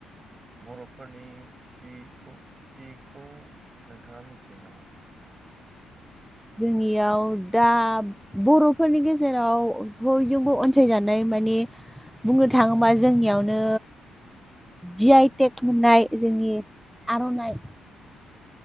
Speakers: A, on the right (about 30°); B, in the centre.
A: बर'फोरनि सिखौ सिखौ नोंथाङा मिथियो नामा?
B: जोंनियाव दा बर'फोरनि गेजेराव बयजोंबो अनसायजानाय माने। बुंनो थाङोबा जोंनियावनो जि आइ टेक मोननाय जोंनि आर'नाय